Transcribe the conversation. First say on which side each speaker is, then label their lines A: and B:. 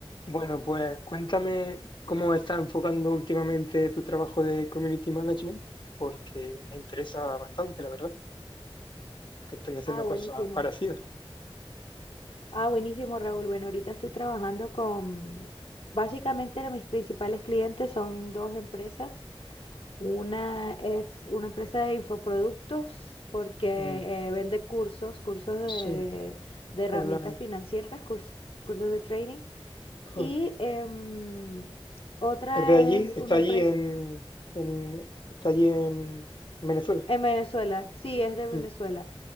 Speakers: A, on the left (about 55°); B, on the left (about 75°).
A: Bueno, pues cuéntame cómo estás enfocando últimamente tu trabajo de community management, porque me interesa bastante, la verdad, porque estoy haciendo
B: Ah, buenísimo.
A: cosas parecidas.
B: Ah, buenísimo, Raúl. Bueno, ahorita estoy trabajando con, básicamente mis principales clientes son dos empresas. Una es una empresa de infoproductos porque
A: Mm,
B: eh, vende cursos, cursos de,
A: sí,
B: de herramientas
A: online.
B: financieras, curs- cursos de trading.
A: Ajá.
B: Y em, otra
A: ¿Es de allí?
B: es
A: ¿Está
B: una
A: allí
B: empresa
A: en, en- está allí en Venezuela?
B: en Venezuela, sí, es de Venezuela.
A: Mm,